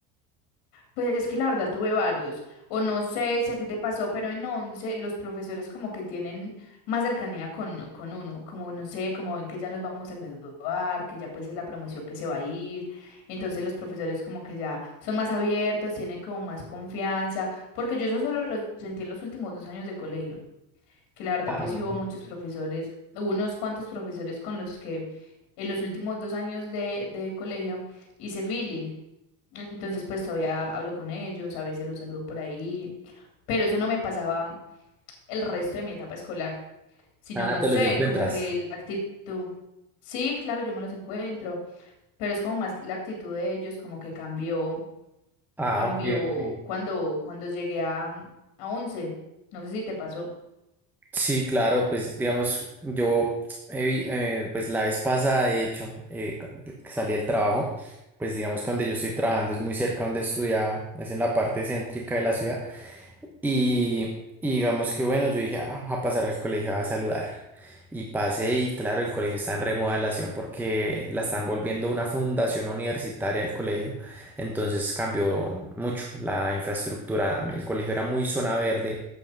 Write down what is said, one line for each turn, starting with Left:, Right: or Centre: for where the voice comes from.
Left: Pues es que la verdad tuve varios, o no sé si a ti te pasó, pero en once los profesores como que tienen más cercanía con, con uno, como no sé, como ven que ya nos vamos a graduar, que ya pues es la promoción que se va a ir, entonces los profesores como que ya son más abiertos, tienen como más confianza, porque yo eso solo lo sentí en los últimos dos años de colegio, que la verdad
Centre: Ah,
Left: pues sí hubo muchos profesores, hubo unos cuantos profesores con los que en los últimos dos años de, de colegio hice feeling. Entonces, pues todavía hablo con ellos, a veces los saludo por ahí, pero eso no me pasaba el resto de mi etapa escolar, sino,
Centre: Ah,
Left: no
Centre: te
Left: sé,
Centre: los encuentras.
Left: como que la actitud. Sí, claro, yo me los encuentro, pero es como más la actitud de ellos, como que cambió,
Centre: Ah,
Left: cambió
Centre: ok, ok.
Left: cuando, cuando llegué a, a once No sé si te pasó.
Centre: Sí, claro, pues digamos, yo, eh, vi- eh, pues la vez pasada, de hecho, eh, cu- que salí del trabajo, pues digamos que donde yo estoy trabajando es muy cerca donde estudiaba, es en la parte céntrica de la ciudad. Y, y digamos que bueno, yo dije, "Ah, voy a pasar al colegio a saludar. Y pasé y claro, el colegio está en remodelación porque la están volviendo una fundación universitaria el colegio. Entonces cambió mucho la infraestructura. El colegio era muy zona verde,